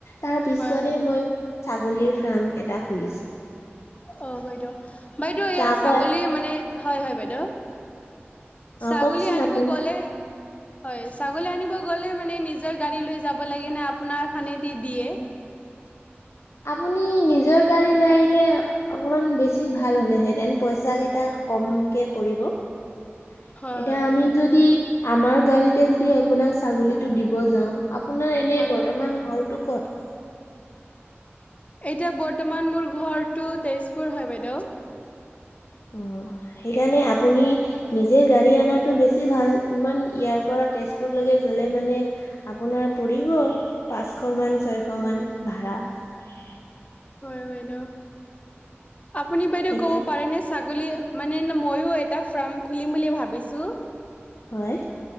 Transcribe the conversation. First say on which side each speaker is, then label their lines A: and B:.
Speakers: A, on the left (about 80°); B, on the left (about 30°).
A: তাৰ পিছফালে
B: হয় হয় বাইদেউ
A: মই ছাগলীৰ ফ্ৰাম এটা খুলিছোঁ <unintelligible>
B: অ বাইদেউ বাইদেউ এয়া
A: আকৌ
B: ছাগলীৰ মানে হয় হয় বাইদেউ ছাগলী
A: অ কওকচোন
B: আনিব
A: আপুনি
B: গ'লে হয় ছাগলী আনিব গলে মানে নিজৰ গাড়ী লৈ যাব লাগে না আপোনাৰ খানেদি দিয়ে <unintelligible> <unintelligible> <inaudible>
A: আপুনি নিজৰ গাড়ী লৈ আহিলে অকমান বেছি ভাল হ'লেহেঁতেন পইচা কেইটা কমকে পৰিব এতিয়া
B: হয় হয় বাইদেউ
A: আমি যদি আমাৰ গাড়ীতে যদি আপোনাক ছাগলীতটো দিব যাওঁ আপোনাৰ এনে
B: হয়
A: বৰ্তমান
B: বাইদেউ
A: ঘৰটো ক'ত?
B: এতিয়া বৰ্তমান মোৰ ঘৰটো তেজপুৰ হয় বাইদেউ
A: অ সেইকাৰণে আপুনি নিজে গাড়ী অনাটোও বেছি ভাল ইমান ইয়াৰ পৰা তেজপুৰলৈকে গলে মানে আপোনাৰ পৰিব পাঁচশ মান ছয়শ মান ভাড়া <unintelligible> <inaudible>
B: হয় বাইদেউ আপুনি বাইদেউ
A: সেইকাৰণে
B: কব পাৰেনে ছাগলী মানে ময়ো এটা ফাৰ্ম খুলিম বুলি ভাবিছোঁ
A: হয়